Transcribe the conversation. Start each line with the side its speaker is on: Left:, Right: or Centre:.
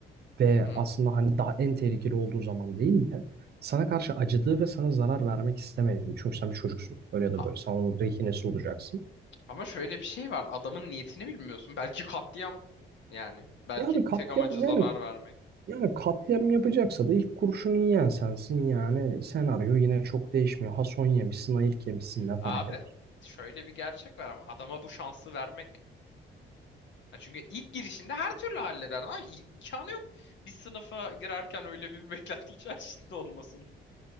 Right: ve
Left: hmm,
Right: aslında hani daha en tehlikeli olduğu zaman değil de sana karşı acıdığı ve sana zarar vermek istemediği. Çünkü sen bir çocuksun. Öyle ya da
Left: a-
Right: böyle. Sen onun rehinesi olacaksın.
Left: ama şöyle bir şey var. Adamın niyetini bilmiyorsun. Belki katliam yani. Belki
Right: Ya abi katliam
Left: tek amacı zarar
Right: yani
Left: vermek.
Right: yani katliam yapacaksa da ilk kurşunu yiyen sensin yani senaryo yine çok değişmiyor. Ha son yemişsin ha ilk yemişsin ne
Left: Abi
Right: fark eder.
Left: şöyle bir gerçek var ama adama bu şansı vermek Ya çünkü ilk girişinde her türlü halleder. Lan imkanı yok. Bir sınıfa girerken öyle bir <laughs> beklenti içerisinde olmasın.